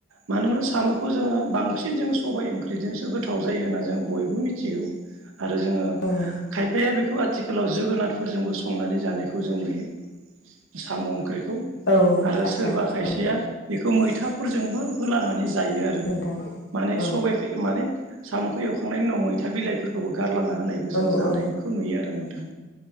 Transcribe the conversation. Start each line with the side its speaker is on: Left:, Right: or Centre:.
Right: मानोना साम'खौ जोङो बांसिन जों सबाइ ओंख्रिजोंसो गोथाव जायो होनना जों बयबो मिथिगौ। आरो जोङो
Left: औ औ
Right: खायफाया बेखौ आथिखालाव जोगोनारफोरजोंबो संनानै जानायखौ खौ जों लुयो साम' ओंख्रिखौ
Left: औ
Right: आरो
Left: आदसा
Right: सोरबा खायसेया।
Left: औ
Right: बेखौ मैथाफोरजोंबो होलानानै जायो आरो
Left: नोंथां औ
Right: माने सबाइ बैयो माने साम'खौ एवखांनायनि उनाव मैथा बिलाइफोरखौबो गारलाना होनायबो जों
Left: औ
Right: जानाय
Left: औ
Right: खौ नुयो आरो नोंथां।